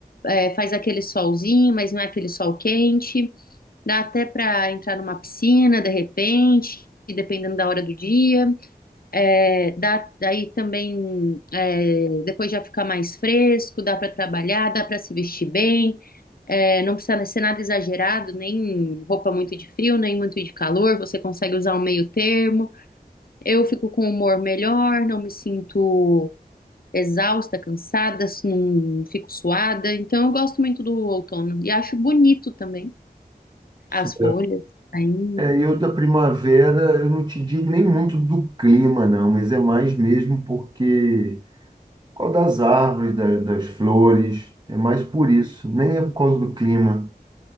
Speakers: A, on the left (about 65°); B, on the right (about 30°).
A: é, faz aquele solzinho, mas não é aquele sol quente. Dá até para entrar numa piscina de repente, dependendo da hora do dia. É, dá, daí também é, depois já fica mais fresco, dá para trabalhar, dá para se vestir bem. É, não precisa ser nada exagerado, nem roupa muito de frio, nem muito de calor. Você consegue usar um meio termo. Eu fico com humor melhor, não me sinto exausta, cansada, não fico suada. Então eu gosto muito do outono e acho bonito também
B: Sim.
A: as folhas. Aí
B: É, eu da primavera, eu não te digo nem muito do clima, não, mas é mais mesmo porque qual das árvores, da- das flores, é mais por isso, nem é por causa do clima.